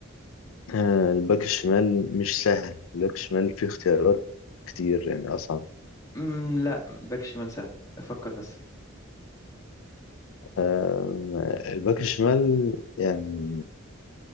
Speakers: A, on the left; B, on the left.
A: آه الباك الشمال مش سهل الباك الشمال فيه اختيارات كتير يعني أصعب
B: مم، لا باك شمال سهل افكر بس
A: آم، الباك الشمال يعني